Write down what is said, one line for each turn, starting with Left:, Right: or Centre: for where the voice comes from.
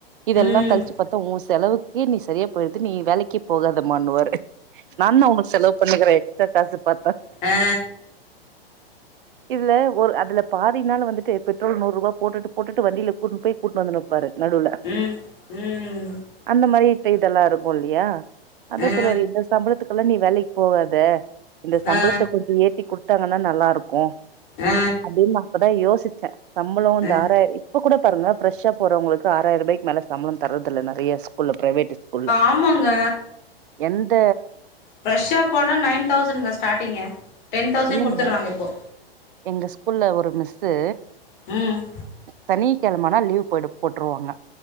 Right: இதெல்லா
Left: ம்
Right: கழிச்சு பத்தா ஒ செலவுக்கே நீ சரியா போயிடுது நீ வேலைக்கு போகாதமான்னுவாரு நாதா உனக்கு செலவு ப பண்ணுகிற எக்ஸ்ட்ரா காசு பாத்தா
Left: ஆ
Right: இது இல்ல ஒரு அதுல பாதி நாளு வந்துட்டு பெட்ரோல் நூறு ரூபா போட்டுட்டு போட்டு வண்டில கூட்டுனு போயி கூட்டிட்டு வந்துட்டுப்பாரு நடுவுல
Left: ம் ம்
Right: அந்த மாரி பைட்ல்லா இருக்கு இல்லயா அதா
Left: ஆ
Right: சொல்வாரு இத சம்பளத்துக்கெல்லா நீ வேலக்கு போகாத இந்த சம்பளத்த
Left: ஆ
Right: கொஞ்ச ஏத்தி குடுத்தாங்கனா நல்லாருக்கு
Left: ஆ
Right: அப்டின்னு நா கூட யோசிச்ச சம்பளொ
Left: அ
Right: இந்த ஆறாய் இப்ப கூட பாருங்க ஃப்ரெஷ்ஷ போறவங்களுக்கு ஆறாய்ர்வாக்கு மேல சம்பள தர்றதுல்ல நெறைய ஸ்கூல்ல பிரைவேட்டு ஸ்கூல்ல
Left: ஆமாங்க
Right: எந்த
Left: ஃப்ரஷ்ஷ போனா நைன் தௌசன்ங்க ஸ்டாடிங்கு டென் தௌசண்ட்
Right: இல்லைங்க
Left: குத்துடுறாங்க இப்போ
Right: எங்க ஸ்கூல்ல ஒரு மிஸ்ஸு
Left: ம்
Right: சனி கெழமனா லீவ் போய்டு போட்டுர்வாங்க